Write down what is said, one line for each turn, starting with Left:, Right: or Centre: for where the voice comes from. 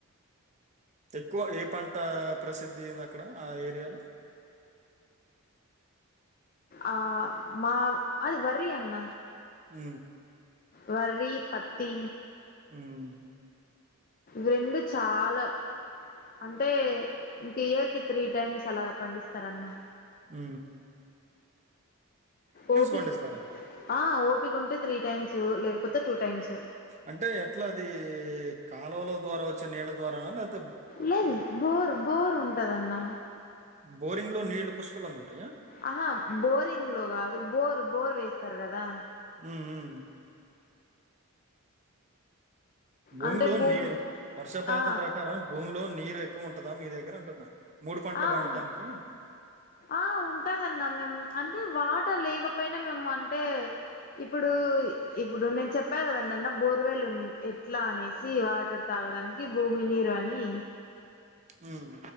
Right: ఎక్కువ ఏ పంట ప్రసిద్ధి ఉంది అక్కడ ఆ ఏరియాలో
Left: ఆ మా అది వరి అన్న
Right: మ్
Left: వర్రి పత్తి
Right: మ్
Left: రెండు చాలా అంటే ఇంక ఇయర్ కి త్రీ టైమ్స్ అలాగ పండిస్తారన్న
Right: మ్
Left: ఓపిక్
Right: పండిస్తారా?
Left: ఆ ఓపిక ఉంటే త్రీ టైమ్స్ లేకపోతే టూ టైమ్స్
Right: అంటే ఎట్లా అది కాలువల ద్వారా వచ్చే నీళ్ళ ద్వారా లేక్
Left: లేదు బోరు బోరు ఉంటదన్న
Right: బోరింగ్ లో నీళ్లు పుష్కలంగా ఉంటాయా
Left: ఆహా బోరింగ్లో కాదు బోరు బోర్ వేస్తారు కదా
Right: మ్ మ్ భూమిలో
Left: అంటే భూమి
Right: నీ వర్షపాతం
Left: ఆ
Right: ప్రకారం భూమిలో నీరు ఎక్కువ ఉంటదా మీ దగ్గర అంటున్నా మూడు పంటలు
Left: ఆ
Right: పండటానికి
Left: ఉం ఆ ఉంటాదన్న మేము అంటే వాటర్ లేకపోయినా మేము అంటే ఇప్పుడు ఇప్పుడు నేను చెప్పాను కదండి అన్న బోర్వెల్ ఎట్లా అనేసి వాటర్ తాగడానికి భూమి నీరు అని
Right: ఊమ్